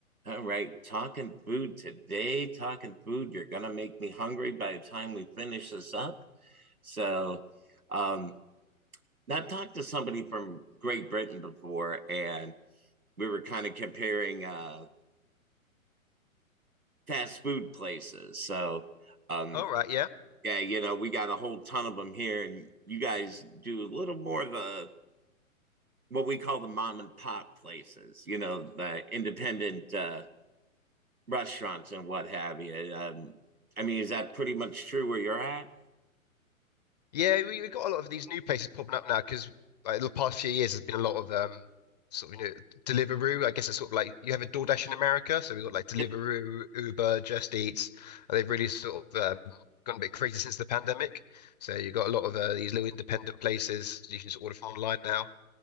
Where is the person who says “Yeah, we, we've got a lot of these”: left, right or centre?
Left